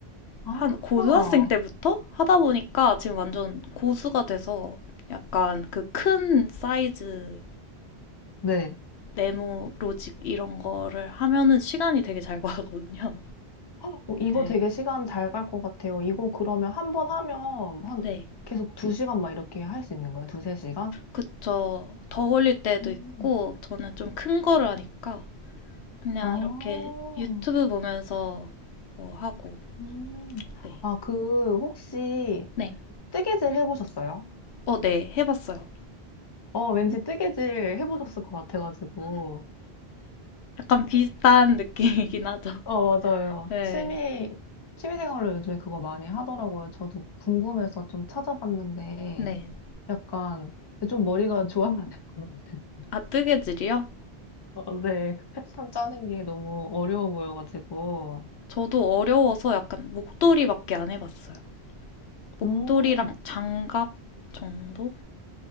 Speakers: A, on the left; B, on the left.
A: 아,
B: 한 고등학생 때부터 하다 보니까 지금 완전 고수가 돼서 약간 그 큰 사이즈
A: 네.
B: 네모 로직 이런 거를 하면은 시간이 되게 잘 가거든요.
A: <gasps> 어, 이거
B: 네.
A: 되게 시간 잘 갈 것 같아요. 이거 그러면 한 번 하면 한
B: 네.
A: 계속 두 시간 막 이렇게 할 수 있는 거예요? 두세 시간?
B: 그쵸. 더 걸릴 때도
A: 음.
B: 있고 저는 좀 큰 거를 하니까 그냥
A: 아,
B: 이렇게 유튜브 보면서 뭐 하고
A: 음.
B: 네.
A: 아, 그, 혹시,
B: 네.
A: 뜨개질 해보셨어요?
B: 어, 네. 해봤어요.
A: 어, 왠지 뜨개질 해보셨을 것 같아가지고.
B: 약간 비슷한 <laughs> 느낌이긴 하죠.
A: 어, 맞아요.
B: 네.
A: 취미, 취미생활로 요즘에 그거 많이 하더라고요. 저도 궁금해서 좀 찾아봤는데,
B: 네.
A: 약간, 좀 머리가 <laughs> 좋아야 될 것 같아요.
B: 아, 뜨개질이요?
A: 어, 네, 그 패턴 짜는 게 너무 어려워 보여가지고.
B: 저도 어려워서 약간 목도리밖에 안 해봤어요. 목도리랑
A: 음.
B: 장갑 정도?